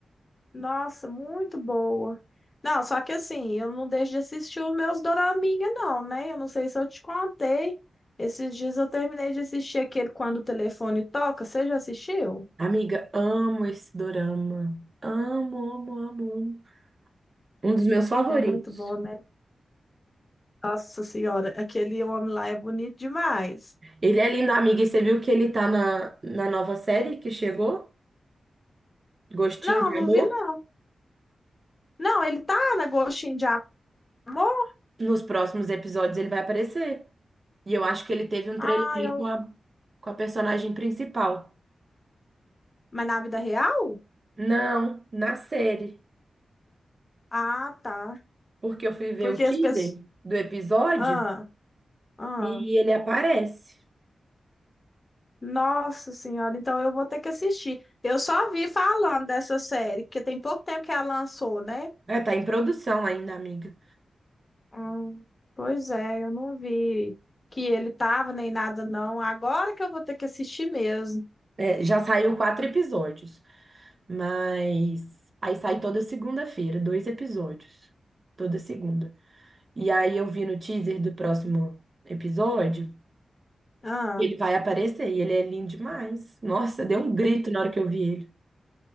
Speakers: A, on the left (about 35°); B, on the right (about 45°).
A: Nossa, muito boa. Não, só que assim, eu não deixo de assistir os meus doraminha, não, né? Eu não sei se eu te contei. Esses dias eu terminei de assistir aquele Quando o Telefone Toca. Você já assistiu?
B: Amiga, amo esse dorama. Amo, amo, amo, amo. Um dos meus favoritos.
A: É muito bom, né? Nossa Senhora, aquele homem lá é bonito demais.
B: Ele é lindo, amiga, e você viu que ele tá na, na nova série que chegou? Gostinho
A: Não,
B: de
A: não
B: Amor?
A: vi, não. Não, ele tá na Gostinho de Amor?
B: Nos próximos episódios ele vai aparecer. E eu acho que ele teve um
A: Ah,
B: trelelê
A: eu...
B: com a, com a personagem principal.
A: Mas na vida real?
B: Não, na série.
A: Ah, tá.
B: Porque eu fui ver
A: Porque
B: o teaser
A: as pessoas...
B: do episódio
A: Ah, ah.
B: e ele aparece.
A: Nossa Senhora, então eu vou ter que assistir. Eu só vi falando dessa série, porque tem pouco tempo que ela lançou, né?
B: É, tá em produção ainda, amiga.
A: Hum, pois é, eu não vi que ele tava nem nada, não. Agora que eu vou ter que assistir mesmo.
B: É, já saiu quatro episódios, mas aí sai toda segunda-feira, dois episódios. Toda segunda. E aí eu vi no teaser do próximo episódio
A: Ah,
B: que ele vai aparecer e ele é lindo demais. Nossa, deu um grito na hora que eu vi ele.